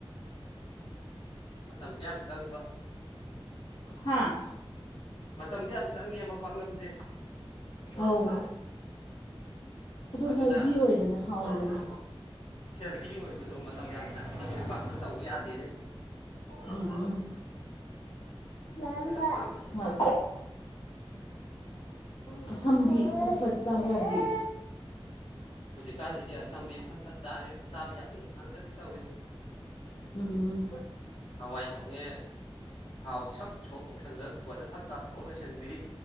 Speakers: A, on the left (about 85°); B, on the left (about 65°).
A: ꯃꯇꯝꯗꯤ ꯌꯥꯝ ꯆꯪꯕ
B: ꯍꯥꯥ
A: ꯃꯇꯝꯗꯤ ꯌꯥꯝ ꯆꯪꯉꯦꯕ ꯄꯥꯛꯅꯝꯁꯦ
B: ꯑꯧ ꯗꯣ
A: ꯑꯗꯨꯅ
B: ꯍꯦꯜꯗꯤ ꯑꯣꯏꯗꯅ ꯍꯥꯎꯋꯤꯗꯅ꯫
A: ꯍꯦꯜꯗꯤ ꯑꯣꯏꯕꯗꯣ ꯃꯇꯝ ꯌꯥꯝ ꯆꯪꯕꯅꯦ ꯄꯥꯛꯅ ꯇꯧ ꯌꯥꯗꯦꯅꯦ꯫
B: ꯎꯝ ꯃꯝꯃꯥ
A: ꯑꯩꯈꯣꯏꯅ ꯄꯥꯝꯃꯤꯁꯤꯅ
B: ꯍꯥꯎ ꯀꯁꯝꯗꯤ ꯐꯠ ꯐꯠ ꯆꯕ ꯌꯥꯗꯦ꯫
A: ꯍꯧꯖꯤꯛꯀꯥꯟꯁꯤꯗꯤ ꯑꯁꯝꯕꯤ ꯐꯠ ꯐꯠ ꯆꯥ ꯆꯥꯕ ꯌꯥꯕꯤ ꯉꯥꯛꯇꯗꯤ ꯇꯧꯔꯤꯁꯦ꯫
B: ꯎꯝ
A: ꯍꯋꯥꯏ ꯊꯣꯡꯉꯦ꯫ ꯊꯥꯎ ꯁꯛ ꯁꯣꯛ ꯇꯧꯁꯟꯈ꯭ꯔꯒ ꯀꯨꯀꯔꯗ ꯊꯛ ꯀꯥꯝꯊꯣꯛꯑ ꯂꯣꯏꯁꯤꯟꯕꯤ꯫